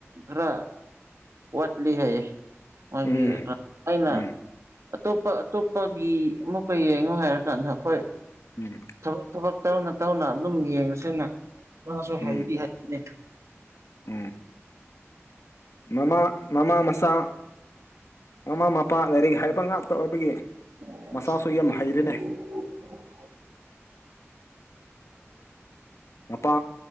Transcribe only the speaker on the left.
ꯎꯝ
ꯎꯝ
ꯎꯝ
ꯎꯝ
ꯎꯝ ꯃꯃꯥ ꯃꯃꯥ ꯃꯆꯥ ꯃꯃꯥ ꯃꯄꯥ ꯂꯥꯏꯔꯤꯛ ꯍꯩꯕ ꯉꯥꯛꯇ ꯑꯣꯏꯕꯒꯤ
ꯃꯆꯥꯁꯨ ꯌꯥꯝ ꯍꯩꯔꯦꯅꯦ ꯃꯄꯥ